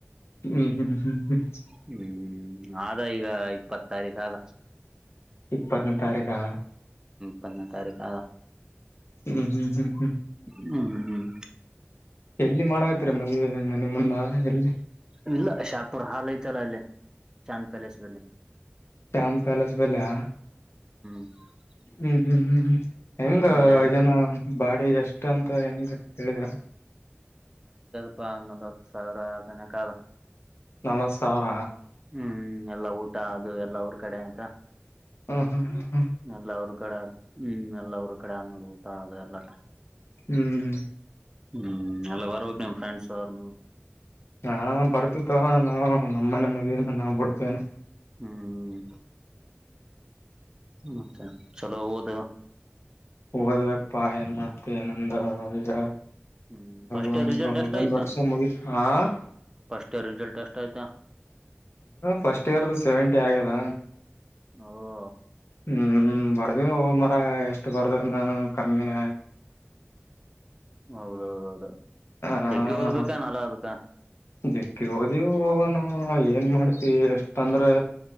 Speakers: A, on the left; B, on the right.
A: ಹ್ಮ್ ಹ್ಮ್. ಹ್ಮ್
B: ಹ್ಮ್ ಆದ ಈಗ ಇಪ್ಪತ್. ಸಾರ ಕಾಗ.
A: ಇಪ್ಪತ್ತನೇ ತಾರೀಕಾ.
B: ಪಂದೇ ತಾರೀಕ.
A: ಹ್ಮ್ ಹ್ಮ್ ಹ್ಮ್ ಹ್ಮ್.
B: ಹ್ಮ್ ಹ್ಮ್
A: ಎಲ್ಲಿ ಮಾಡಕತ್ತರಿ ಮದ್ವೆ ಮನೆ ಮುಂದ ಎಲ್ಲಿ.
B: ಇಲ್ಲ ಶಾಪುರ್ ಹಾಲ್ ಐತೆಲ್ಲ ಅಲ್ಲಿ ಚಾಂದ್ ಪ್ಯಾಲೇಸ್ ಅಲ್ಲಿ.
A: ಟ್ಯಾಮ್ ಪ್ಯಾಲೇಸ್ ಬಲ್ಯ.
B: ಹ್ಮ. <inaudible>
A: ಹ್ಮ್ ಹ್ಮ್ ಹ್ಮ್ ಹೆಂಗ
B: ಅಲ್ಲೇ
A: ಜನ ಬಾಡಗಷ್ಟ. ಮುಖಾಂತ ಹೆ ಹೇಳಗಣ.
B: ಇಪ್ಪ ನಲವತ್ತು ಸಾವಿರದನ ಕಾಲ.
A: ನಲವತ್ತು ಸಾವಿರ.
B: ಹ್ಮ್ ಎಲ್ಲಾ ಊಟ ಅದು ಎಲ್ಲಾ ಅವ್ರ ಕಡೆ ಅಂತ.
A: ಹ್ಮ ಹ್ಮ್ ಹ್ಮ.
B: ಎಲ್ಲ ಅವ್ರ ಕಡೆ ಹ್ಮ್ ಎಲ್ಲ ಅವ್ರ ಕಡೆ ಆಗ್ ನೋಡ್ಬು. ಹ ಅದೇ ಎಲ್ಲ.
A: ಹ್ಮ್.
B: ಹ್ಮ್ ಎಲ್ಲ ಬರ್ದು ನಿಮ್ ಫ್ರೆಂಡ್ಸ್ ಅವ್ರರು ನೀವು್.
A: ಹಾ ಬರ್ತಿತ್ತು ನಾವು ನಮ್ಮನೆ ಮದುವ ನಾವು ಬಿಡ್ತೇನೆ.
B: ಹ್ಮ್ ಮತ್ತೆ. ಚಲೋ ದವಾ.
A: ಹದಕ್ ಪಾ ಏನ್ ಮಾಡ್ತಿವಿ ನಂದ ಈಗ.
B: ಹ್ಮ್ ಫಸ್ಟ್
A: ೊ್
B: ಇಯರ್ ರಿಸಲ್ಟ್ ಎಷ್ಟ ಆಯ್ತಾ
A: ವರ್ಷ ಮುಗ ಹ
B: ಫಸ್ಟ್ ಇಯರ್ ರಿಸಲ್ಟ್ ಎಷ್ಟ ಆಯ್ತಾ
A: ಫಸ್ಟ್ ಇಯರ್ದು ಸೆವೆಂಟಿ ಆಗ್ಯದ.
B: ಓ
A: ಹ್ಮ್ ಬರ್ದಿ ಹ ಮರ ಎಷ್ಟು ಬರ್ದ್ರ ನ ಕಮ್ಮಿನ.
B: ಹೌದೌದೌದು
A: ಹ
B: ಗ್ಗೆ ಓದ್ಬೇಕಾ ನಲ್ಲಾ ಅದ್ಕ.
A: ಜಗ್ಗಿ ಹೋದವು ನಾ ಏನ್ ಮಾಡ್ತಿ ಎಷ್ಟಂದ್ರೆ.